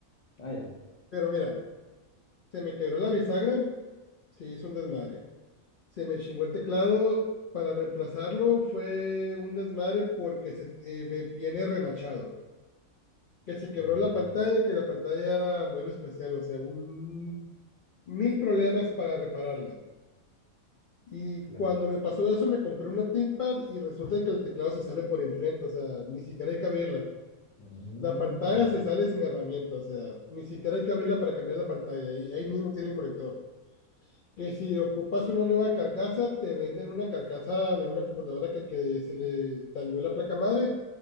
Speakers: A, on the left; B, on the left.
A: Ah, ya.
B: pero mira, se me quebró la bisagra, sí, hizo un desmadre. Se me chingó el teclado, para reemplazarlo fue un desmadre porque se, eh, ve- viene remachado. que se quebró
A: Mm,
B: la pantalla, que la pantalla era modelo especial, o sea, un mil problemas para repararla. Y
A: claro.
B: cuando me pasó eso, me compré una ThinkPad y resulta que el teclado se sale por enfrente, o sea, ni siquiera hay que abrirla.
A: Mm,
B: La pantalla se sale sin herramienta, o sea, ni siquiera hay que abrirla para cambiar la pantalla, y ahí mismo tiene el conector que si ocupas una nueva carcasa, te venden una carcasa de una computadora que, que se le dañó la placa madre